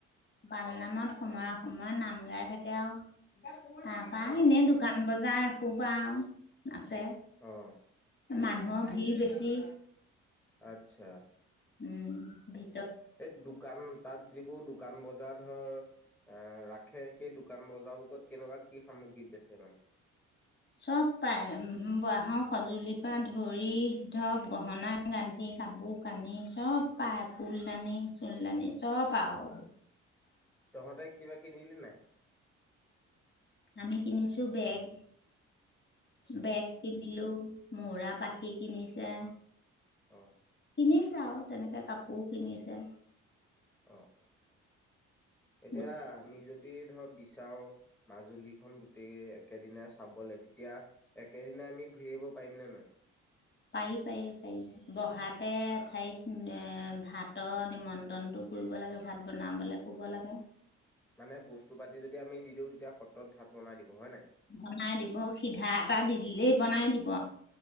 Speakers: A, on the left; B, in the centre.
A: পালনামা সময়ে সময়ে নাম গাই থাকে আৰু তাৰাপা
B: উম
A: এনেই দোকান বজাৰ সোপা আও আছে
B: অ অ
A: মানুহৰ ভিৰ বেছি স <unintelligible>
B: আচ্ছা
A: উম বি
B: এই দোকান তাত যিবোৰ দোকান বজাৰ ধৰ আহ ৰাখে সেই দোকান বজাৰ বোৰকত কেনেকুৱা কি সামগ্ৰী বেচে মানে
A: চব পায় বাঁহৰ সঁজুলিৰ পৰা ধৰি ধপ গহনা গান্ধি কাপোৰ কানি চব পায় ফুলদানি চুল দানি চব আৰুওঁ
B: তহঁতে কিবা কিনিলি নাই
A: আমি কিনিছো বেগ বেগ কিনিলো মৰা পাখি কিনিছে
B: আহ
A: কিনিছে আৰু তেনেকে কাপোৰ কিনিছে
B: অ অ অ এতিয়া
A: গোট
B: আমি যদি ধৰ বিচাৰো মাজুলীখন গোটেই একেদিনা চাবলে তেতিয়া একেদিন আমি ঘূৰি আহিব পাৰিম নে নোৱাৰিম
A: পাৰি পাৰি পাৰি বহাতে ঠাইত এ ভাতৰ নিমন্ত্ৰণটো কৰিব লাগে ভাত বনাবলৈ কব লাগে
B: মানে বস্তু পাতি যদি আমি দি দিওঁ তেতিয়া স তত ভাত বনাই দিব হয় নাই
A: বনাই দিব সিধা এটা দি দিলেই বনাই দিব